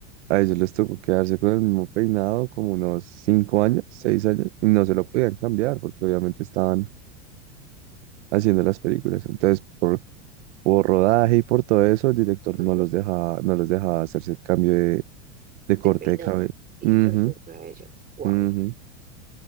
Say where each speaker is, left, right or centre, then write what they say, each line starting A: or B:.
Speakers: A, on the right; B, on the right.
A: a ellos les tocó quedarse con el mismo peinado como unos cinco años, seis años, y no se lo podían cambiar porque obviamente estaban haciendo las películas. Entonces, por, por rodaje y por todo eso, el director
B: ajá.
A: no los dejaba, no los dejaba hacerse el cambio de, de
B: De
A: corte
B: peinado
A: de cabello.
B: y
A: Ujú,
B: de corte de cabello. Wow.
A: ujú.